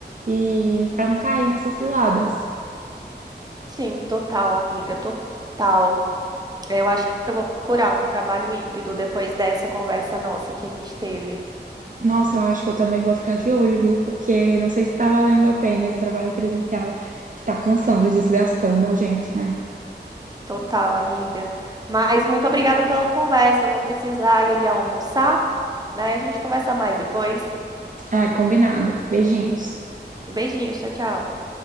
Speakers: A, on the right; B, on the right.
A: e para não cair nessas ciladas.
B: Sim, total, amiga, total. Eu acho que eu vou procurar um trabalho híbrido depois dessa conversa nossa que a gente teve.
A: Nossa, eu acho que eu também vou ficar de olho, viu? Porque não sei se está valendo a pena esse trabalho presencial que está cansando, desgastando a gente, né?
B: Total, amiga. Mas muito obrigada pela conversa. Eu vou precisar ir ali almoçar, né? A gente conversa mais depois.
A: Ai, combinado. Beijinhos.
B: Beijinhos, tchau, tchau.